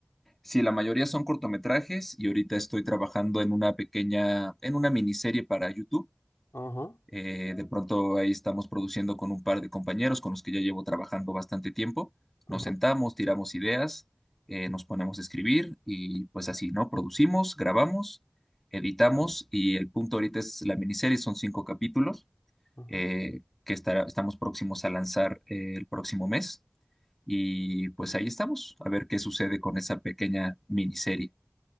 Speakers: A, in the centre; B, on the left.
A: Sí, la mayoría son cortometrajes y ahorita estoy trabajando en una pequeña, en una miniserie para YouTube.
B: Ajá,
A: Eh, de pronto ahí estamos produciendo con un par de compañeros con los que ya llevo trabajando bastante tiempo.
B: ajá,
A: Nos sentamos, tiramos ideas, eh, nos ponemos a escribir y pues así, ¿no? Producimos, grabamos, editamos y el punto ahorita es la miniserie, son cinco capítulos
B: ajá.
A: eh, que estará- estamos próximos a lanzar eh, el próximo mes y pues ahí estamos, a ver qué sucede con esa pequeña miniserie.